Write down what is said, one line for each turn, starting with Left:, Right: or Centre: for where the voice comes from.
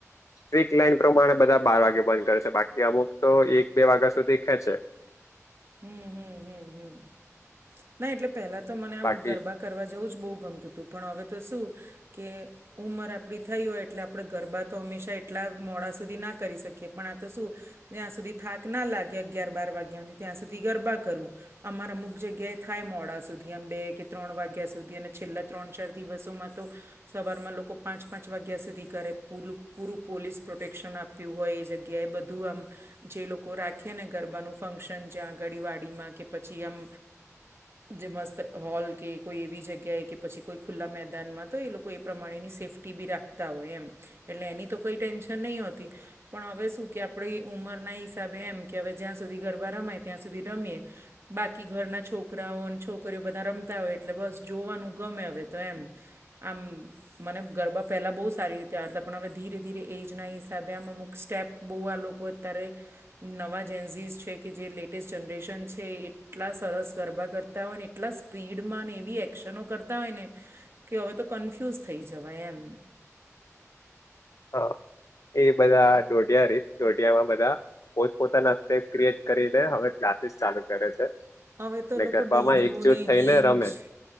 Left: સ્ટ્રીટ લાઈન પ્રમાણે બધા બાર વાગે બંધ કરે છે બાકી અમુક તો એક બે વાગ્યા સુધી ખેંચે
Right: હું હું હું હું ના એટલે પેલા તો મને આમ
Left: બાકી
Right: ગરબા કરવા જવું જ બહુ ગમતું હતું પણ હવે તો શું કે ઉંમર આપણી થઈ હોય એટલે આપણે ગરબા તો હંમેશા એટલા મોડા સુધી ના કરી શકીએ પણ આ તો શું જ્યાં સુધી થાક ના લાગે અગિયાર બાર વાગ્યા થી ત્યાં સુધી ગરબા કરુ. અમાર અમુક જગ્યાએ થાય મોડા સુધી આમ બે કે ત્રણ વાગ્યા સુધી અને છેલ્લા ત્રણ ચાર દિવસોમાં તો સવારમાં લોકો પાંચ પાંચ વાગ્યા સુધી કરે પૂરું પૂરું પોલીસ પ્રોટેક્શન આપે આપ્યું હોય એ જગ્યાએ બધું આમ જે લોકો રાખે ને ગરબાનું ફંક્શન જ્યાં આગાડી વાડીમાં કે પછી આમ જે મસ્ત હોલ કે કોઈ એવી જગ્યાએ કે પછી કોઈ ખુલ્લા મેદાનમાં તો એ લોકો એ પ્રમાણેની સેફ ટી બી રાખતા હોય એમ એટલે એની તો કોઈ ટેન્શન નહિ હોતી. પણ હવે શું કે આપણી ઉંમરના હિસાબે એમ કે હવે જ્યાં સુધી ગરબા રમાય ત્યાં સુધી રમીએ બાકી ઘરના છોકરાઓ અને છોકરીઓ બધા રમતા હોય એટલે બસ જોવાનું ગમે હવે તો એમ આમ. મને ગરબા પહેલાં બહુ સારી રીતે આવડતા પણ હવે ધીરે ધીરે એજના હિસાબે આમ અમુક સ્ટેપ બહુ આ લોકો અત્યારે નવા જેન્ઝીજ છે કે જે લેટ ટે જનરેશન છે એટલા સરસ ગરબા કરતા હોય ને એટલા સ્પીડમાં એવી એક્શનો કરતા તા હોય ને કે હવે તો કન્ફ્યુઝ થઈ જવાય એમ
Left: હા એ બધા ડોઢિયા રીત દોઢિયામાં બધા પોત પોતાના સ્ટેપ ક્રિએટ કરીને હવે ક્લાસીસ ચાલુ કરે છે.
Right: હવે તો
Left: ને
Right: લોકો
Left: ગરબામાં
Right: દોડય્યું
Left: એકજૂટ
Right: ને
Left: થઈને
Right: હિન્ચ
Left: રમે